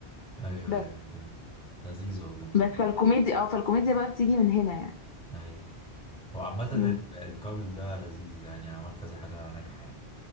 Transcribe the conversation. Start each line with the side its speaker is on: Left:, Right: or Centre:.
Centre: ايوه
Left: بس
Centre: ايوه فيلم لذيذ والله
Left: بس فالكوميديا اه فالكوميديا بقى بتيجي من هنا يعني
Centre: ايوه هو عامة ال-
Left: م.
Centre: الكابل ده لذيذ يعني عمل كذا حاجة ناجحة يعني